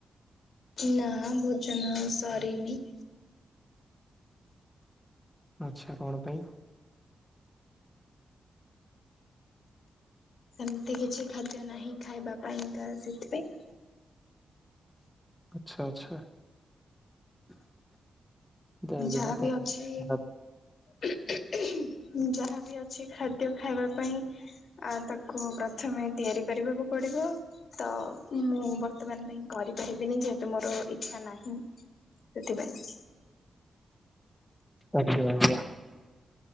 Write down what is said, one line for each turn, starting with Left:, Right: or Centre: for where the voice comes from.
Left: ନା ଭୋଜନ ଆଉ ସରିନି।
Centre: ଆଚ୍ଛା କଣ ପାଇଁ?
Left: ସେମିତି କିଛି ଖାଦ୍ୟ ନାହିଁ ଖାଇବା ପାଇଁକା ସେଥିପାଇଁ।
Centre: ଆଚ୍ଛା ଆଚ୍ଛା। ଦେ
Left: ଯାହାବି
Centre: ଦେହ ପାଇଁ
Left: ଅଛି
Centre: ଖରାପ।
Left: <unintelligible> ଯାହାବି ଅଛି ଖା ଖଦ୍ୟ ଖାଇବା ପାଇଁ ତାକୁ ପ୍ରଥମେ ତିଆରି କରିବାକୁ ପଡ଼ିବ ତ ମୁଁ ବର୍ତ୍ତମାନ ପାଇଁ କରିପାରିବିନି, ଯେହେତୁ ମୋର ଇଚ୍ଛା ନାହିଁ। ସେଥିପାଇଁ।
Centre: ଆଛା <unintelligible>